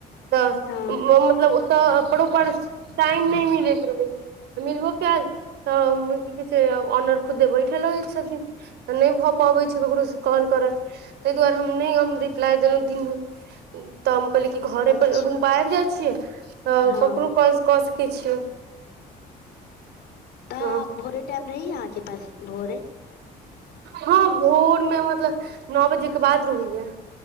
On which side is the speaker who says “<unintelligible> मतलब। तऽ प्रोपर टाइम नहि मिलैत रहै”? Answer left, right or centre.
Right